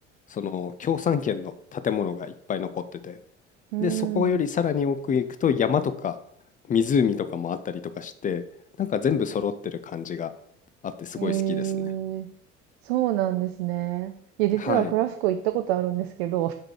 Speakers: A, on the left (about 25°); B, on the right (about 60°).
A: その共産圏の建物がいっぱい残ってて、
B: ーん。
A: で、そこよりさらに奥へ行くと山とか湖とかもあったりとかして、なんか全部揃ってる感じがあってすごい好きですね。
B: へえ。そうなんですね。いや、実はクラスコ行ったことあるんですけど、
A: はい。